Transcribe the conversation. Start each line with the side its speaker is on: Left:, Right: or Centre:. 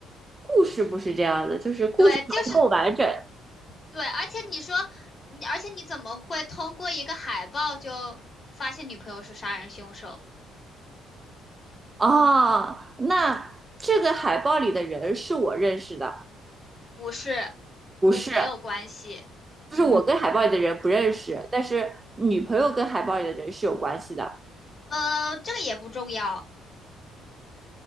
Right: 故事不是这样的，就是故事不够完整
Left: 对，就是对，而且你说你，而且你怎么会通过一个海报就发现女朋友是杀人凶手？
Right: 啊。那这个海报里的人是我认识的，
Left: 不是，
Right: 不是，
Left: 不，没有关系。
Right: 就是我跟海报里的人不认识，
Left: 嗯，
Right: 但是女朋友跟海报里的人是有关系的。
Left: 呃，这个也不重要。